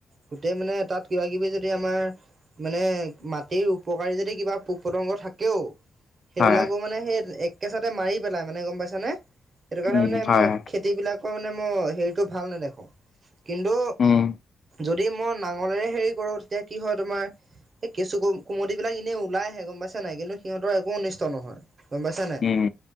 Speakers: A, on the right; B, on the left.
A: গোটেই মানে তাত কিবা কিবি যদি আমাৰ। মানে মাটিৰ উপকাৰী যদি কিবা পোক পতংগ থাকে। সেইবিলাকো
B: হয় হয়
A: মানে সেই একেচাতে মাৰি পেলাই মানে গম পাইছ নে, সেইটো কাৰণে
B: উম
A: মানে
B: হয় হয়
A: খেতি বিলাক। মানে মই হেৰিটো ভাল নেদেখো, কিন্তু।
B: উম
A: যদি মই নাঙলেৰে হেৰি কৰোঁ তেতিয়া কি হয় তোমাৰ। এই কেচু - কুমুতি বিিলাক এনে ওলাই আহে গম পাইছে নাই কিন্তু সিহঁত একো। নহয় গম পাইছা নাই,
B: উম